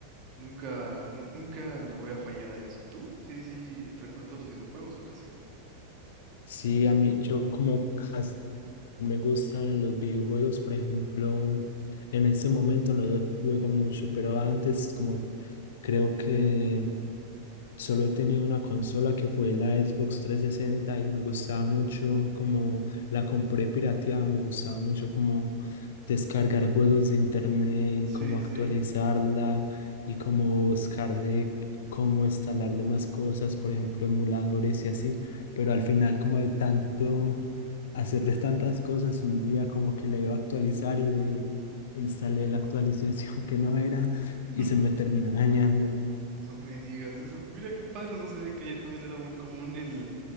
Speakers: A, on the right; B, on the left.
A: nunca, nu- nunca le voy a fallar a eso. ¿Tú? Sí, sí, frecuentas los videojuegos o casi no.
B: Sí, a mí, yo como casi me gustan los videojuegos, por ejemplo, en este momento no los juego mucho, pero antes como creo que Solo he tenido una consola que fue la Xbox 360 y me gustaba mucho como la compré pirateada, me gustaba mucho como descargar juegos de internet y
A: Sí,
B: cómo actualizarla
A: sí.
B: y cómo buscarle cómo instalarle más cosas, por ejemplo, emuladores y así, pero al final como de tanto hacerle tantas cosas un día como que le iba a actualizar y le instalé la actualización <laughs> que no era y
A: <laughs>
B: se me terminó dañando.
A: No me digas eso. Mira qué padre, no sé, que allá también era muy común el,